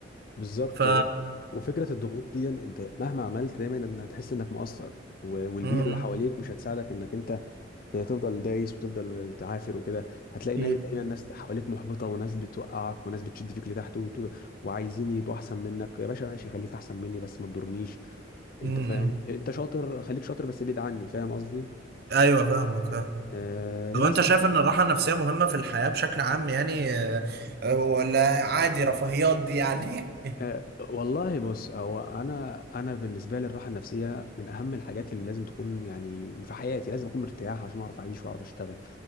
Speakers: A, on the left; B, on the right.
A: بالظبط
B: ف
A: و... وفكره الضغوط دي انت مهما عملت دايما ان هتحس انك مقصر و... والبيئه
B: امم
A: اللي حواليك مش هتساعدك انك انت تفضل دايس وتفضل تعافر وكده هتلاقي
B: اكيد
A: إن هي دايما ناس حواليك محبطه وناس بتوقعك وناس بتشد فيك لتحت وت... وعايزين يبقوا احسن منك يا باشا ماشي خليك احسن مني بس ما تضرنيش انت
B: امم
A: فاهم
B: أمم.
A: انت شاطر خليك شاطر بس بعيد عني فاهم قصدي
B: ايوه فاهمك فاهم
A: آه للاسف
B: طب انت شايف ان الراحه النفسيه مهمه في الحياه بشكل عام يعني آه، آه، ولا عادي رفاهيات دي يعني
A: آه والله بص هو انا انا بالنسبه لي الراحه النفسيه من اهم الحاجات اللي لازم تكون يعني في حياتي لازم اكون مرتاح عشان اعرف اعيش واعرف اشتغل